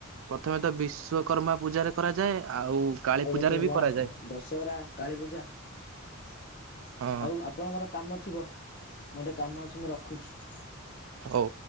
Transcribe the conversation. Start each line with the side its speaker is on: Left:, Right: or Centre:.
Right: ପ୍ରଥମେ ତ ବିଶ୍ଵକର୍ମ ପୂଜାରେ କରାଯାଏ ଆଉ କାଳୀ
Left: ଆଉ ଗୋଟେ
Right: ପୂଜାରେ
Left: ହେଲା
Right: ବି କରାଯାଏ
Left: ଦଶହରା କାଳୀ ପୂଜା ହଉ
Right: ହଁ
Left: ଆପଣଙ୍କର କାମ ଥିବ ମୋଟେ କାମ ଅଛି ମୁଁ ରଖୁଛି।
Right: ହଉ